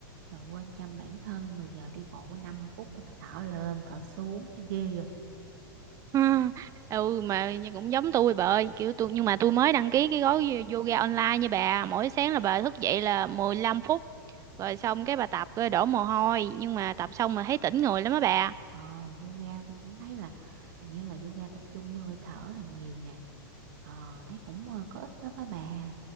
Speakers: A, on the right; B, on the right.
A: rồi quên chăm bản thân rồi giờ đi bộ 5 phút rồi mình thở lên thở xuống thấy ghê rồi
B: Ha. ừ mà cũng giống tôi bà ơi kiểu tôi nhưng mà tôi mới đăng ký cái gói yoga online nha bà mỗi sáng là bà thức dậy là mười lăm phút rồi xong cái bà tập rồi đổ mồ hôi nhưng mà tập xong mà thấy tỉnh người lắm á bà
A: ờ yoga tôi cũng thấy là hình như là yoga tập trung vô hơi thở là nhiều nè ờ thấy cũng ờ, có ích lắm á bà